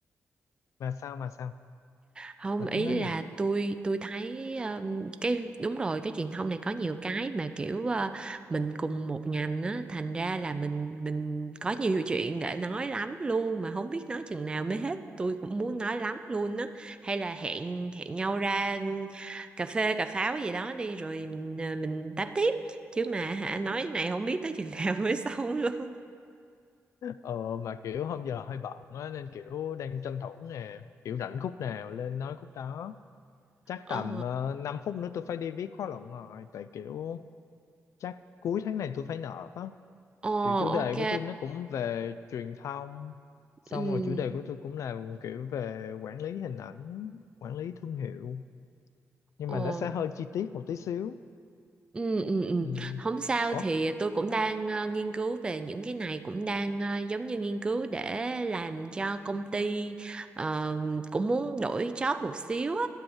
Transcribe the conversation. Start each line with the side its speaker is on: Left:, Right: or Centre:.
Left: mà sao mà sao
Right: không
Left: mà
Right: ý
Left: tính nói
Right: là
Left: giàu
Right: tôi tôi thấy um, cái đúng rồi cái truyền thông này có nhiều cái mà kiểu ờ, mình cùng một ngành á thành ra là mình mình có nhiều chuyện để nói lắm luôn mà không biết nói chừng nào mới hết tôi cũng muốn nói lắm luôn á hay là hẹn hẹn nhau ra cà phê cà pháo gì đó đi rồi mình ờ, mình tám tiếp chứ mà hả nói này không biết tới chừng <laughs> nào mới xong luôn
Left: ờ mà kiểu hôm giờ hơi bận á nên kiểu đang tranh thủ nè kiểu rảnh khúc nào lên nói khúc đó chắc
Right: ờ
Left: tầm uh, 5 phút nữa tôi phải đi viết khóa luận rồi tại kiểu chắc cuối tháng này tôi phải nộp á
Right: ờ
Left: kiểu chủ đề
Right: ok
Left: của tôi nó cũng về truyền thông xong
Right: ừ
Left: rồi chủ đề của tôi cũng là kiểu về quản lý hình ảnh quản lý thương hiệu nhưng
Right: ờ
Left: mà nó sẽ hơi chi tiết một tí xíu
Right: Ừ, ừ, ừ.
Left: ừ.
Right: Không sao
Left: Ủa?
Right: thì tôi cũng đang ờ, nghiên cứu về những cái này cũng đang ờ, giống như nghiên cứu để làm cho công ty ờ, cũng muốn đổi job một xíu á